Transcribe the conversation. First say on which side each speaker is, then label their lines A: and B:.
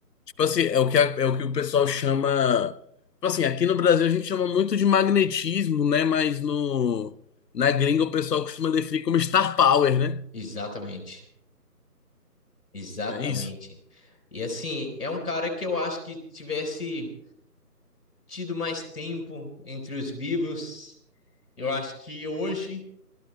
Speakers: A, on the left; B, on the left.
A: Tipo assim, é o que, a- é o que o pessoal chama. Tipo assim, aqui no Brasil a gente chama muito de magnetismo, né? Mas no, na gringa o pessoal costuma definir como star power, né?
B: exatamente. Exatamente.
A: É isso.
B: E assim, é um cara que eu acho que tivesse tido mais tempo entre os vivos, eu acho que hoje